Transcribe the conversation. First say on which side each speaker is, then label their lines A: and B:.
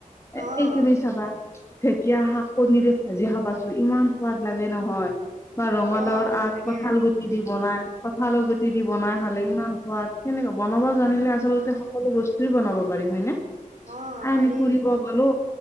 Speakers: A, on the left; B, on the right.
A: এ,
B: অ'।
A: এই তুমি চাবা? ঢেকীয়া শাক কনীৰে ভাজি খাবাচোন? ইমান সোৱাদ লাগে নহয়! বা ৰঙালাওৰ
B: অ', ভাল
A: আগ,
B: লাগে
A: কঁঠাল গুটি দি বনাই, কঁঠালৰ গুটি
B: উম,
A: দি বনাই খালে ইমান সোৱাদ! সেনেকুৱা, বনাব
B: উম,
A: জানিলে আচলতে, সকলো বস্তু বনাব পাৰি হয়নে?
B: অ', পাৰি
A: আমি ফুৰিব গলোঁ।